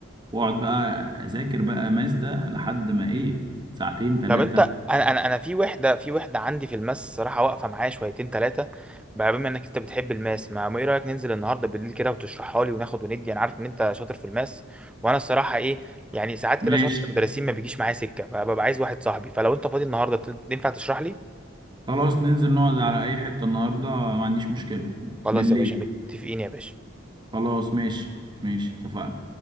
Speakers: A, on the right; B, in the centre.
A: واقعد بقى اذاكر بقى ماس ده لحد ما ايه ساعتين ثلاثة
B: طب انت انا انا انا في وحده في وحده عندي في الماس صراحه واقفه معايا شويتين ثلاثه بقى، بما انك انت بتحب الماس ما ما ايه رايك ننزل النهارده بالليل كده وتشرحها لي وناخد وندي انا عارف ان انت شاطر في الماس وانا الصراحه ايه يعني ساعات
A: ماشي
B: كده شرح المدرسين ما بيجيش معايا سكه فببقى عايز واحد صاحبي فلو انت فاضي النهارده ت- ينفع تشرح لي
A: خلاص ننزل نقعد على اي حتة النهاردة ما عنديش مشكلة
B: خلاص
A: بالليل
B: يا باشا متفقين يا باشا
A: خلاص ماشي ماشي اتفقنا